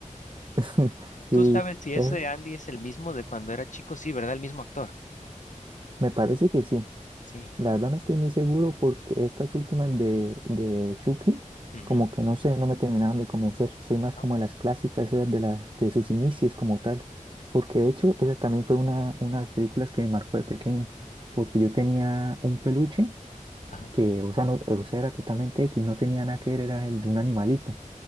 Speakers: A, on the right; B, on the left.
A: <laughs> Sí,
B: Tú sabes si ese
A: es,
B: Andy es el mismo de cuando era chico, sí, ¿verdad? El mismo actor.
A: me parece que sí.
B: Sí.
A: La verdad no estoy muy seguro porque estas últimas de, de Chucky,
B: Ujú.
A: como que no sé, no me terminaron de convencer. Soy más
B: No.
A: como las clásicas, esas de, la, de sus inicios como tal. Porque de hecho, esa también fue una, una de las películas que me marcó de pequeño. Porque yo tenía un peluche
B: Ajá.
A: que, o sea, no, o sea, era totalmente X, no tenía nada que ver, era el de un animalito.